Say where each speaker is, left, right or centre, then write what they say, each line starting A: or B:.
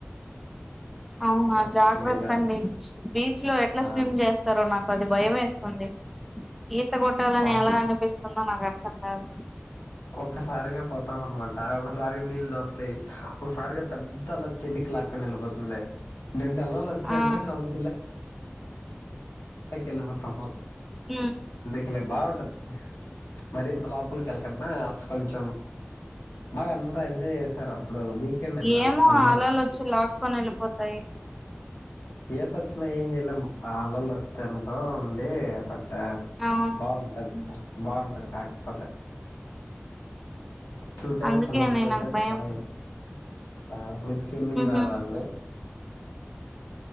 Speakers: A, in the centre; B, on the left.
A: అవునా
B: ఆ,
A: జాగ్రత్త
B: నీళ్ళలో
A: అండి బీచ్ లో ఎట్లా
B: ఆ,
A: స్విమ్ చేస్తారో నాకు కొద్ది భయంమేస్తుంది ఈత కొట్టాలని
B: ఆ,
A: ఎలా అనిపిస్తుందో నాకు <unintelligible>
B: ఒక్కసారిగా పోతాం అనమాట ఒకసారిగా నీళ్ళు దోస్తాయి ఒకసారిగా పెద్దల చెన్నికి లాక్కొని వెళ్ళిపోతుంది. రెండు అలలు వచ్చాయనుకో
A: ఆ
B: సవదల్ పైకి ఎల్లిపోతాం
A: ఉమ్
B: అలే బాగుంటది మరింత లోపలకి వెళ్ళకన్నా కొంచెం బాగా అంతా ఎంజాయ్ చేశారు. వీకెండ్ వెళ్ళాము
A: ఏమో
B: సండే
A: అలలు వచ్చి లాక్కకొని వెళ్ళిపోతాయి
B: ఈత వచ్చినా ఏం చెయలేం అలలు వస్తాయి అనుకో ఉండి ఆ
A: అవును
B: బాగుంటది
A: హ్మ్.
B: బాగుంటారు కాక పోతే టూ టైమ్స్
A: అందుకేనే
B: ఎల్లినం టూ
A: నాకు
B: టైమ్స్
A: భయం.
B: బాగా ఆ మీకు స్విమ్మింగ్
A: ఉహు
B: రాదా అండి